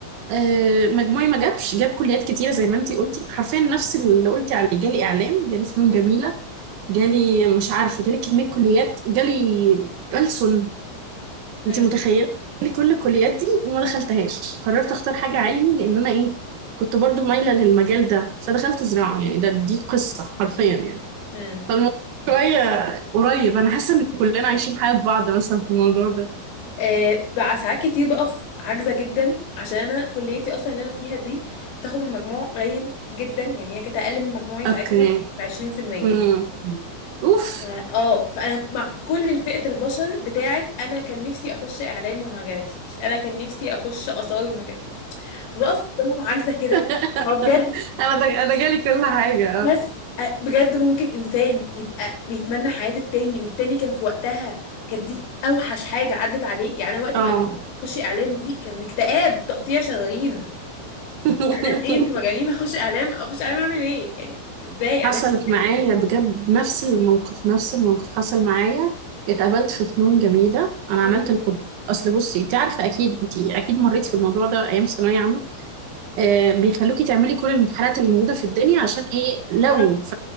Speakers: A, on the right; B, on the left.
A: آه مجموعي ما جابش جاب كليات كتيره زي ما انتي قلتي حرفيا نفس اللي قلتي عليه جالي اعلام جالي فنون جميله جالي مش عارفه جالي كميه كليات جالي ألسن
B: مم.
A: انتي متخيله جالي كل الكليات دي وما دخلتهاش قررت اختار حاجه علمي لان انا ايه كنت برضو مايله للمجال ده فدخلت زراعه يعني ده دي قصه حرفيا يعني
B: مم.
A: فالموضوع شوية قريب أنا حاسة إن كلنا عايشين حياة بعض مثلا في الموضوع ده
B: آه، بقى ساعات كتير بقف عاجزة جدا عشان انا كليتي اصلا اللي انا فيها دي بتاخد من مجموع قليل جدا يعني هي كانت اقل من مجموعي ساعتها
A: أوكي
B: ب 20%
A: امم أوف
B: ف- اه فانا مع كل فئة البشر بتاعت انا كان نفسي اخش اعلام وما جاتليش انا كان نفسي اخش اثار وما جاتليش فبقف قدامهم عاجزة كده
A: <laughs>
B: هو بجد
A: أنا دا... أنا جالي كل حاجة
B: بس أ- بجد ممكن انسان يبقى بيتمنى حياة التاني والتاني كان في وقتها كانت دي اوحش حاجة عدت عليه يعني أنا وقت
A: أه
B: ما قالوا
A: أه
B: لي خشي اعلام دي كان اكتئاب تقطيع شرايين
A: <laughs>
B: اعلام ايه انتوا مجانين <laughs> اخش اعلام اخش اعلام اعمل ايه يعني ازاي اعلام
A: حصلت معايا
B: ايه
A: بجد نفس الموقف نفس الموقف حصل معايا اتقابلت في فنون جميلة أنا
B: مم.
A: عملت القدرات أصل بصي أنت عارفة أكيد أنت أكيد مريت في الموضوع ده أيام ثانوية عامة آه بيخلوكي تعملي كل الامتحانات اللي موجودة في الدنيا عشان إيه لو
B: عملت